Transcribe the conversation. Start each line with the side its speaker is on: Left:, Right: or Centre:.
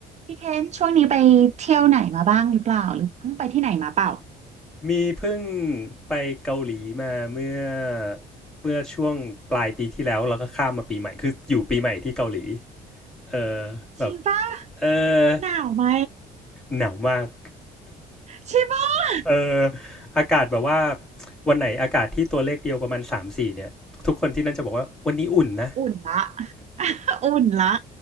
Right: พี่เคนช่วงนี้ไปเที่ยวไหนมาบ้างหรือเปล่าหรือเพิ่งไปที่ไหนมาเปล่า
Centre: มีเพิ่งไปเกาหลีมาเมื่อเมื่อช่วงปลายปีที่แล้วแล้วก็ข้ามมาปีใหม่คืออยู่ปีใหม่ที่เกาหลีเออแบบ
Right: จริงป่ะ
Centre: เออ
Right: หนาวไหม
Centre: หนาวมาก
Right: ใช่ป่ะ
Centre: <laughs> เอออากาศแบบว่าวันไหนอากาศที่ตัวเลขเดียวประมาณสามถึงสี่เนี่ยทุกคนที่นั่นจะบอกว่าวันนี้อุ่นนะ
Right: อุ่นละ <laughs> อุ่นละ